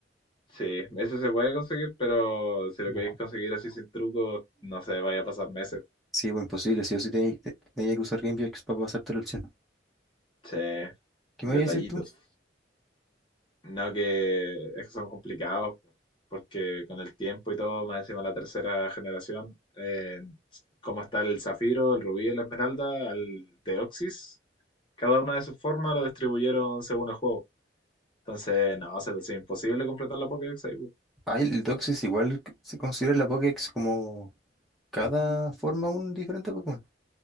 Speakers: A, on the left (about 25°); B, in the centre.
A: Sí, eso se puede conseguir, pero si lo
B: No.
A: queréis conseguir así sin truco, no sé, vaya a pasar meses.
B: Sí, bueno, imposible. Sí o sí tenéis te- tenías que usar GamePix para pasarte la opción.
A: Sí,
B: ¿Qué
A: detallitos.
B: me vas a decir tú?
A: No, que es que son complicados, porque con el tiempo y todo, más encima la tercera generación, eh, como está el zafiro, el rubí, la esmeralda, el deoxys, cada una de sus formas lo distribuyeron según el juego. Entonces, no, se te hace imposible completar la Pokédex ahí, po.
B: Ah, el Doxis igual que se considera la Pokédex como cada forma un diferente Pokémon.